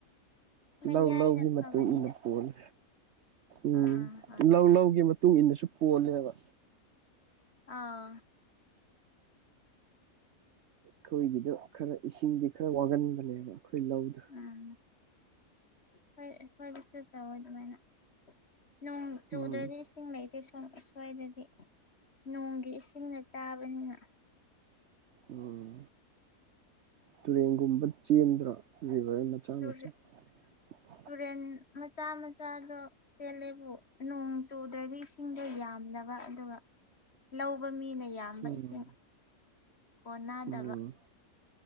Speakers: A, on the left (about 45°); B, on the right (about 65°).
A: ꯃꯌꯥꯏꯅ
B: ꯂꯧ ꯂꯧꯒꯤ ꯃꯇꯨꯡ
A: ꯐꯕꯅꯤꯗ
B: ꯏꯟꯅ ꯄꯣꯜꯂꯦ ꯎꯝ
A: ꯑꯥ ꯍꯣꯏ
B: ꯂꯧ ꯂꯧꯒꯤ ꯃꯇꯨꯡ ꯏꯟꯅꯁꯨ ꯄꯣꯜꯂꯦꯕ
A: ꯑꯥ
B: ꯈꯣꯏꯒꯤꯗꯣ ꯈꯔ ꯏꯁꯤꯡꯗꯤ ꯈꯔ ꯋꯥꯒꯟꯕꯅꯦꯕ ꯑꯩꯈꯣꯏ ꯂꯧꯗꯣ
A: ꯎꯝ ꯍꯣꯏ ꯑꯩꯈꯣꯏꯒꯤꯁꯨ ꯇꯧꯋꯦ ꯗꯨꯃꯥꯏꯅ ꯅꯣꯡ ꯆꯨꯗ꯭ꯔꯗꯤ
B: ꯎꯝ
A: ꯏꯁꯤꯡ ꯂꯩꯇꯦ ꯁꯣꯝ ꯑꯁ꯭ꯋꯥꯏꯗꯗꯤ ꯅꯣꯡꯒꯤ ꯏꯁꯤꯡꯅ ꯆꯥꯕꯅꯤꯅ
B: ꯎꯝ ꯇꯨꯔꯦꯟꯒꯨꯝꯕ ꯆꯦꯟꯗ꯭ꯔꯥ ꯔꯤꯕꯔ ꯅꯠ
A: <unintelligible>
B: <inaudible>
A: ꯇꯨꯔꯦꯟ ꯃꯆꯥ ꯃꯆꯥꯗꯣ ꯆꯦꯜꯂꯦꯕꯨ ꯅꯣꯡ ꯆꯨꯗ꯭ꯔꯗꯤ ꯏꯁꯤꯡꯗꯣ ꯌꯥꯝꯗꯕ ꯑꯗꯨꯒ ꯂꯧꯕ ꯃꯤꯅ ꯌꯥꯝꯕ
B: ꯎꯝ
A: ꯏꯁꯤꯡ ꯀꯣꯟꯅꯥꯗꯕ
B: ꯎꯝ